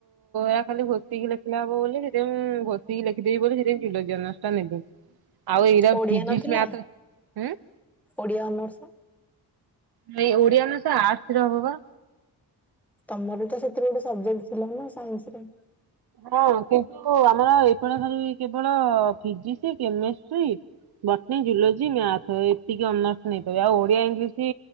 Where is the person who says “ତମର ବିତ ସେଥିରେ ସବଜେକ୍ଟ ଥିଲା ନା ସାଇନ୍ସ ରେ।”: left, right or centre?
Centre